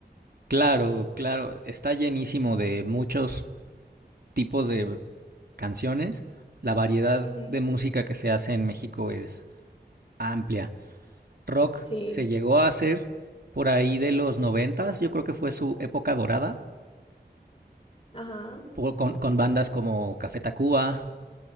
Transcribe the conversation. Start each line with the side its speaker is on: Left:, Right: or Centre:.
Right: Claro, claro, está llenísimo de muchos tipos de canciones. La variedad
Left: Ujú.
Right: de música que se hace en México es amplia. Rock
Left: Sí,
Right: se llegó a hacer por ahí de los noventas, yo creo que fue su época dorada,
Left: ajá.
Right: por- con, con bandas como Café Tacuba.